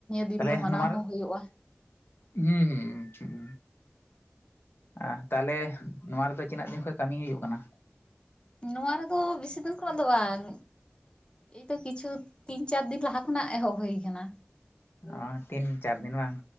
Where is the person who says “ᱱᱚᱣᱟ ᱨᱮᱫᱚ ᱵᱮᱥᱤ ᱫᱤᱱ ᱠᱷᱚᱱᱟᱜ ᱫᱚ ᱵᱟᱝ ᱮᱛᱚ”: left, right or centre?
Left